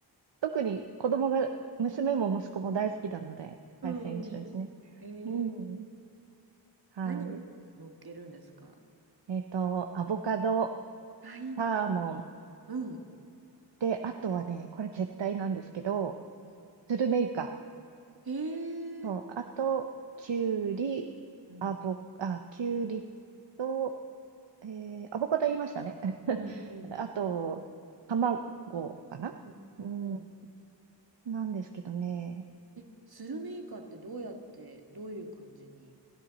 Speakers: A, on the right (about 75°); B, on the right (about 55°).
A: 特に子供が、娘も息子も大好きなので、
B: うんうんうん。
A: 海鮮チラシね。
B: へえ。
A: うん。はい。
B: 何を乗っけるんですか
A: えっと、アボカド、
B: あ、いいな。
A: サーモン。
B: うん。
A: で、あとはね、これ絶対なんですけど、
B: うん
A: スルメイカ。
B: へ
A: そう、
B: え。
A: あと、キュウリ、
B: うん。
A: アボ、あ、キュウリと、えー、アボカド言いましたね。<laughs>
B: うんうん
A: あと、卵かなうん、
B: うん。うん。
A: なんですけどね。
B: え、スルメイカってどうやって、どういう感じに